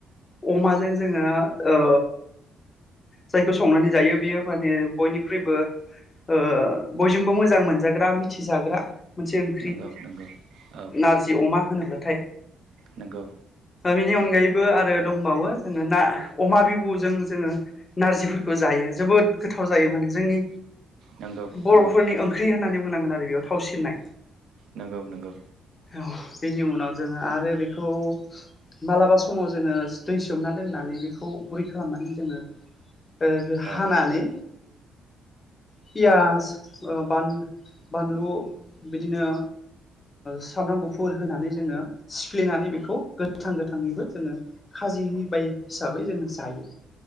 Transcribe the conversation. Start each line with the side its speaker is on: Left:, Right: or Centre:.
Left: अमाजों जोङो ओ जायखौ संनानै जायो। बियो माने बयनिख्रुइबो ओ बयजोंबो मोजां मोनजाग्रा जाग्रा मोनसे ओंख्रि
Right: नंगौ नंगौ औ
Left: नारजि अमा। होनोब्लाथाय
Right: नंगौ
Left: बिनि अनगायैबो आरो दंबावो जोङो ना अमा जोङो नारजिफोरखौ जायो जोबोद गोथाव जायो माने जोंनि
Right: नंगौ
Left: बर'फोरनि
Right: नंगौ
Left: ओंख्रि होननानै बुंनांगोन आरो बेयाव थावसिननाय
Right: नंगौ नंगौ
Left: औ। बेनि उनाव जोङो आरो बेखौ मालाबा समाव जोङो दै सोमना दोननानै बेखौ गुरै खालामनानै जोङो
Right: औ
Left: हानानै पियास बानलु बिदिनो सामब्राम गुफुर होनानै जोङो सिफ्लेनानै बेखौ गोथां गोथाङैबो जोङो खाजि ब हिसाबै जोङो जायो।